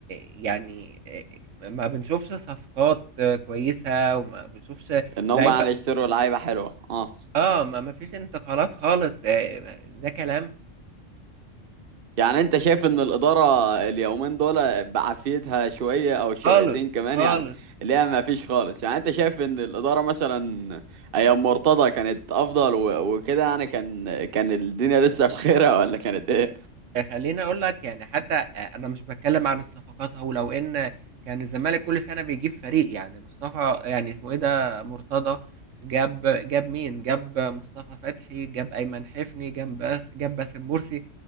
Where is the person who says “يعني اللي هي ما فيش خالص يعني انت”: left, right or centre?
Right